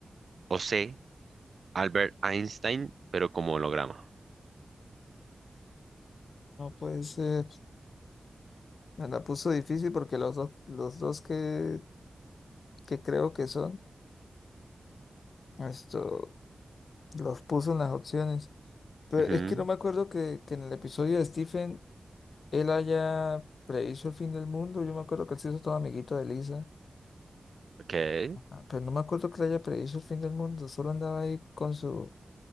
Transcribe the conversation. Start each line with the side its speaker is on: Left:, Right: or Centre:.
Right: O C. Albert Einstein, pero como holograma.
Left: No puede ser. Me la puso difícil porque los dos, los dos que, que creo que son, esto, los puso en las opciones. Pero
Right: Ujú,
Left: es que no me acuerdo que, que en el episodio de Stephen él haya predicho el fin del mundo. Yo me acuerdo que él se hizo todo amiguito de Lisa.
Right: Ok.
Left: Ah, Pero no me acuerdo que le haya predicho el fin del mundo. Solo andaba ahí con su